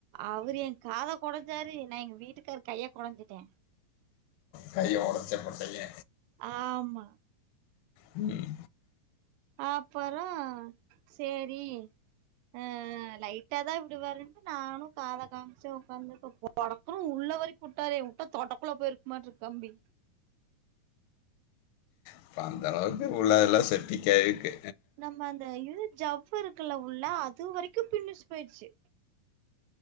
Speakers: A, on the right; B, on the left.
A: அவுரு என் காத கொடஞ்சாரு நா எங்க வீட்டுக்காரு கைய கொடஞ்சிட்ட
B: கைய ஒடச்சா போட்டீங்க
A: ஆமா
B: ம்
A: அப்பறோ சேரி அ அ லைட்டா தா விடுவாருன்ட்டு நானு காத காம்ச்ச ஒக்காந்துட்டுருக்க படக்குன்னு உள்ளவரைக் உட்டாரே உட்டா தொண்டக்குள்ள போயிருக் மாட்ருக்கம்பி
B: அப்ப அந்தளவுக்கு உள்ள எல்லா செப்ட்டிக்காயிருக்கு
A: நம்ம அந்த இது ஜவ்வு இருக்குல உள்ள அது வரைக்கோ பின்னுஸ் போயிருச்சி